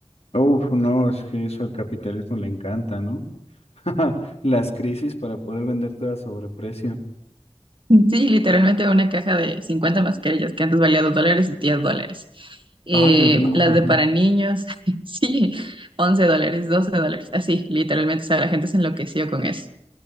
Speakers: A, on the left (about 75°); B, on the right (about 50°).
A: Uf, no, es que eso al capitalismo le encanta, ¿no? <laughs> Las crisis para poder vender todo a sobreprecio.
B: Sí, literalmente una caja de 50 mascarillas que antes valía 2 dólares, 10 dólares. Eh,
A: Ay, Dios mío.
B: las
A: ujú.
B: de para niños, <laughs> sí, 11 dólares, 12 dólares, así, literalmente, o sea, la gente se enloqueció con eso.